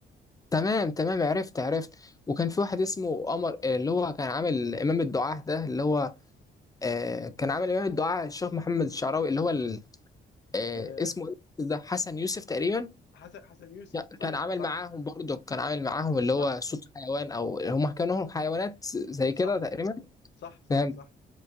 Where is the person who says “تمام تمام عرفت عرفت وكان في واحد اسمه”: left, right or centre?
Left